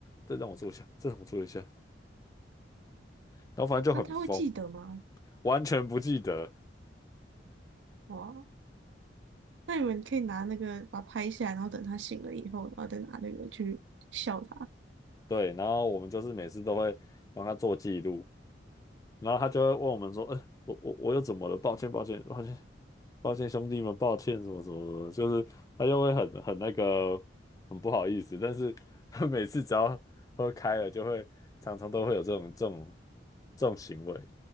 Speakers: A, on the left; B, on the right.
A: 再让我坐一下，再让我坐一下，然后反正就很疯，
B: 那他会记得吗？
A: 完全不记得。
B: 哇，那你们可以拿那个把它拍下来，然后等他醒了以后，然后再拿那个去笑他。
A: 对，然后我们就是每次都会帮他做记录，然后他就会问我们说：“呃，我我我又怎么了？抱歉，抱歉，抱歉。”抱歉兄弟们，抱歉什么什么什么，就是他就会很很那个很不好意思，但是 <laughs> 他每次只要喝开了，就会常常都会有这种这种这种行为，